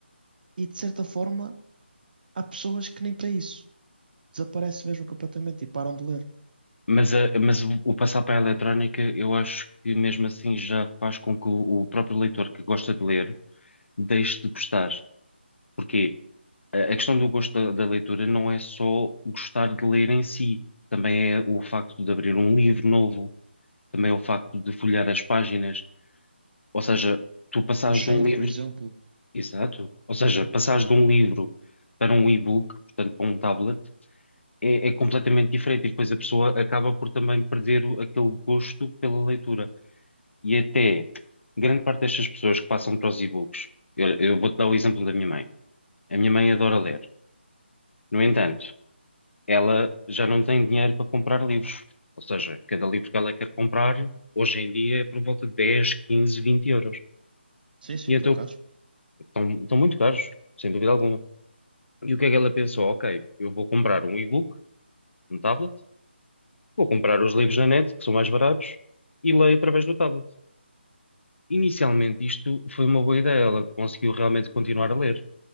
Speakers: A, on the right; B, on the left.
A: e, de certa forma, há pessoas que nem para isso. Desaparecem mesmo completamente e param de ler.
B: Mas, a- mas o o passar para a eletrónica, eu acho que mesmo assim já faz com que o, o próprio leitor que gosta de ler deixe de gostar. Porquê? A a questão do gosto da, da leitura não é só gostar de ler em si, também é o facto de abrir um livro novo, também é o facto de folhear as páginas, ou seja, tu passares
A: No cheiro,
B: de um livro,
A: por exemplo.
B: exato, ou seja, passares de um livro para um e-book, portanto para um tablet, é, é completamente diferente e depois a pessoa acaba por também perder o- aquele gosto pela leitura. E até grande parte destas pessoas que passam para os e-books, eu, eu vou-te dar o exemplo da minha mãe. A minha mãe adora ler. No entanto, ela já não tem dinheiro para comprar livros. Ou seja, cada livro que ela quer comprar, hoje em dia, é por volta de 10, 15, 20 euros.
A: Sim, sim,
B: E
A: estão
B: então
A: caros.
B: estão, estão muito caros, sem dúvida alguma. E o que é que ela pensou? Ok, eu vou comprar um e-book, um tablet, vou comprar os livros na net, que são mais baratos, e leio através do tablet. Inicialmente, isto foi uma boa ideia, ela conseguiu realmente continuar a ler.